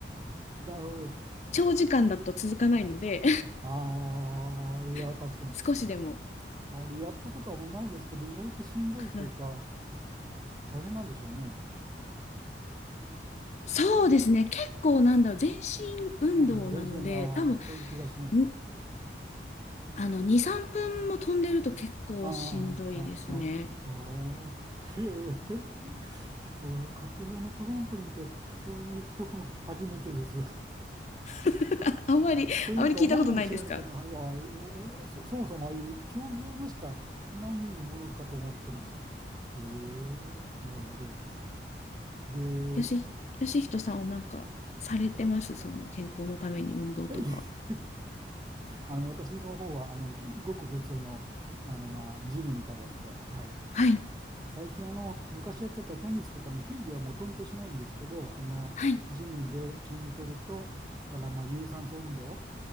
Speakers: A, on the right (about 20°); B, on the left (about 40°).
A: なるほど。
B: 長時間だと続かないので
A: ああ、いや、確かに。
B: <laughs> 少しでも
A: あれ、やったことはあんまりないですけど、意外としんどいというか、
B: から
A: 大変なんでしょうね。
B: そうですね。結構なんだろう、全身運動なので、
A: うん、全身、ああ、
B: 多分、
A: そういう気がします。
B: にあの、2、3分も飛んでると結構しんどいですね。
A: ああ、ああ、ああ、ああ、へえ、おい家庭用のトランポリンって、そういう人初めてです。
B: <laughs> あんまり、
A: というか思いも知らなかった。
B: あんまり聞いたことないですか
A: あ、いや、おそ、そもそもああいう競技用のしかないものかと思ってました。へえ、なるほど。で、<laughs>
B: よし、よしひとさんはなんかされてますその健康のために運動とか。
A: えいえあの私の方はあのごく普通の、あのまあジムに通って、はい、
B: はい。
A: 最近あの昔やってたテニスとかの球技はもうとんとしないんですけど、あのジムで筋トレとそれからまあ有酸素運動
B: はい。